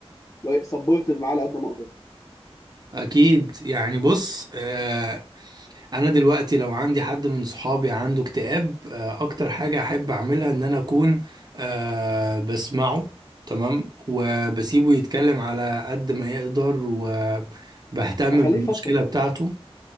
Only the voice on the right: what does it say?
اكيد يعني بص آه انا دلوقتي لو عندي حد من صحابي عنده اكتئاب آه، اكتر حاجة احب اعملها ان انا اكون أه بسمعه تمام وبسيبه
يتكلم على قد ما يقدر وبهتم
بالمشكلة
بتاعته